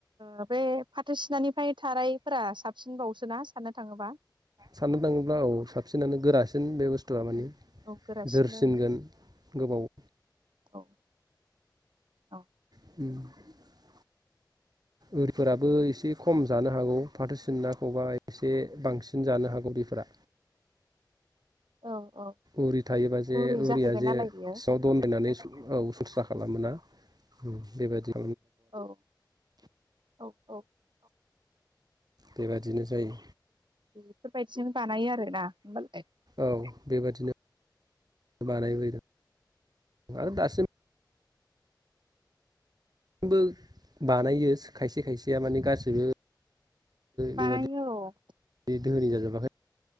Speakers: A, on the right; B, on the right.
A: ओ बे फाथो सिनानिफाय थारायफोरा साबसिन बावसोना साननो थाङोबा
B: साननो थाङोब्ला औ साबसिनानो गोरासिन बे बुस थुआ माने
A: औ औ गोरासिनबो
B: जोरसिनगोन। गोबाव
A: औ औ
B: <inaudible> उरिफोराबो एसे खम जानो हागौ फाथो सिननाखौबा एसे बांसिन जानो हागौ उरिफोरा।
A: औ औ
B: उरि थायोबा जे
A: गुरै जाहैबाय
B: उरिया जे
A: नालाय बियो
B: सिंआव दनदायनानै औ सनस्रा खालामोना। उम बेबादि
A: औ औ औ
B: बेबादिनो जायो।
A: बेफोरबायदिनो बानायो आरो ना होमबालाय।
B: औ बेबादिनो बानाय फैदों आरो दासिम बो बानायो खायसे खायसेया माने गासिबो
A: बानायो
B: बेबादि
A: औ
B: दोहोनि जाजोबाखै